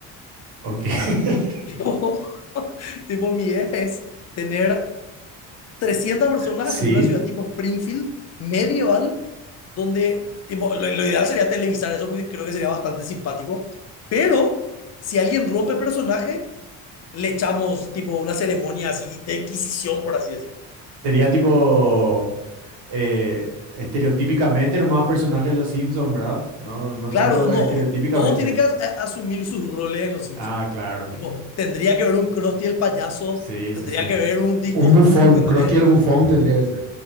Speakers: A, on the right; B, on the left.
A: ok. <laughs>
B: Tipo, <laughs> tipo, mi idea es tener trescientas personas
A: Sí,
B: en una ciudad tipo Springfield, medieval, donde, tipo, lo, lo ideal sería televisar eso porque creo que sería bastante simpático, pero si alguien rompe el personaje, le echamos tipo una ceremonia así de inquisición, por así decir.
A: sería tipo eh, estereotípicamente nomás personajes de los Simpsons, ¿verdad? No, no
B: Claro,
A: tanto
B: no,
A: estereotípicamente.
B: todos tienen que as- a- asumir sus roles en Los Simpsons.
A: Ah, claro.
B: Tipo, tendría que ver un Krusty el payaso,
A: Sí,
B: tendría
A: sí, sí.
B: que ver un Discos
A: Un bufón,
B: Tú, ¿entendés?
A: Krusty el bufón tendría que ser.